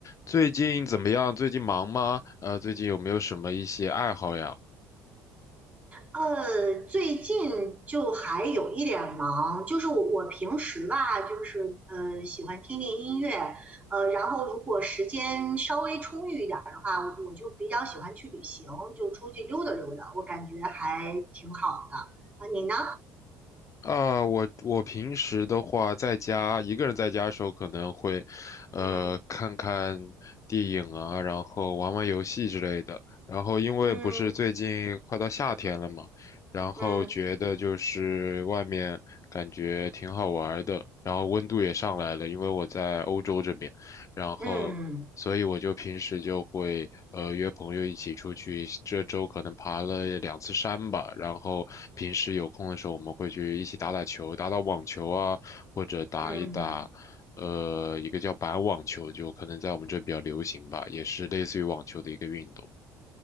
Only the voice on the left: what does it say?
最近怎么样？最近忙吗？呃，最近有没有什么一些爱好呀？
啊，我我平时的话，在家一个人在家的时候，可能会，呃，
看看电影啊，然后玩玩游戏之类的。然后因为不是最近快到夏天了嘛，
然后觉得就是外面感觉挺好玩儿的，
然后温度也上来了，因为我在欧洲这边，然后。
所以我就平时就会呃约朋友一起出去，这周可能爬了两次山吧，然后平时有空的时候我们会去一起打打球，打打网球啊，或者打一打呃一个叫板网球，
就可能在我们这比较流行吧，也是类似于网球的一个运动。